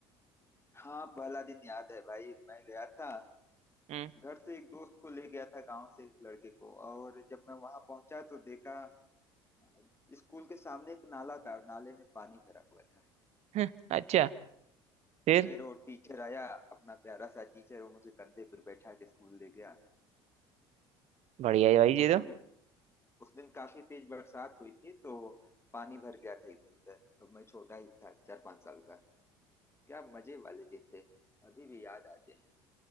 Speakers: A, on the left; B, on the right.
A: हाँ पहला दिन याद है भाई मैं गया था
B: हम्म
A: घर से एक दोस्त को ले गया था गांव से एक लड़के को और जब मैं वहां पहुंचा तो देखा अ, स्कूल के सामने एक नाला था और नाले में पानी भरा हुआ था
B: <laughs> अच्छा फिर
A: फिर वो टीचर आया अपना प्यारा सा टीचर वो मुझे कंधे पे बैठा के स्कूल ले गया
B: बढ़िया
A: अब
B: है भाई जी
A: उस दिन उस दिन काफी तेज बरसात हुई थी तो पानी भर गया था इधर उधर तो मैं छोटा ही था चार पांच साल का क्या मजे वाले दिन थे अभी भी याद आते हैं